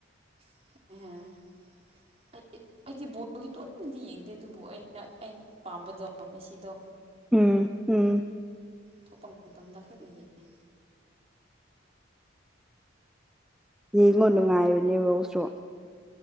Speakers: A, on the right (about 30°); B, in the centre.
A: <unintelligible> ꯑꯩꯗꯤ ꯑꯩꯗꯤ ꯕꯣꯜꯗꯤ ꯇꯣꯏꯅꯗꯤ ꯌꯦꯡꯗꯦ ꯑꯗꯨꯕꯨ ꯑꯩꯅ ꯑꯩꯅ ꯄꯥꯝꯕꯗꯣ ꯃꯦꯁꯤꯗꯣ
B: ꯎꯝ ꯎꯝ
A: ꯊꯣꯛꯄ ꯃꯇꯝꯗ ꯈꯔꯒ ꯌꯦꯡꯉꯦ
B: ꯌꯦꯡꯉꯣ ꯅꯨꯡꯉꯥꯏꯕꯅꯦꯕꯧꯁꯨ